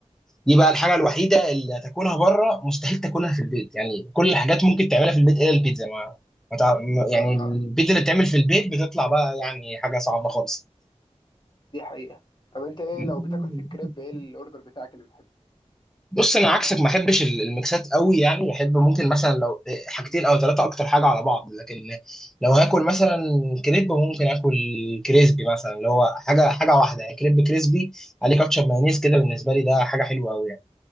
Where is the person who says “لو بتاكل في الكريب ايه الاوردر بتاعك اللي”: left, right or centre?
Left